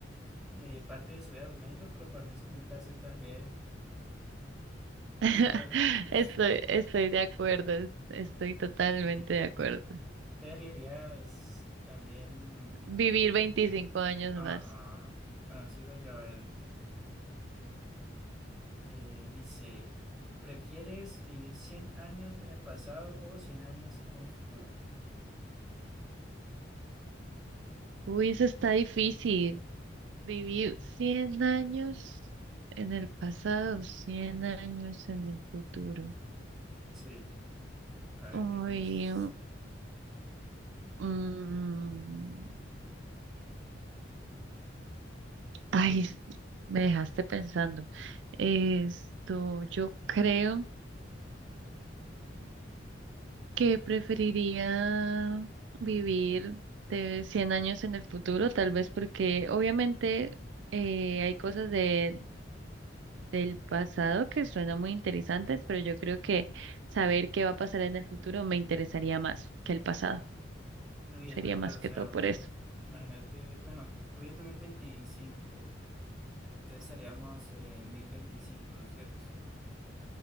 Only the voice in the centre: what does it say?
eh, parte de su vida durmiendo, pero para mí es como un placer también.
Chévere dormir.
<laughs> Te elegirías eh, también.
Ajá.
Bueno, sigo yo a ver. Eh, dice: ¿prefieres vivir 100 años en el pasado o 100 años en el futuro?
Sí. A ver
qué piensas.
Uy,
es verdad,
o sea,
imagínate, bueno, hoy es 2025, entonces estaríamos en 1025, ¿cierto?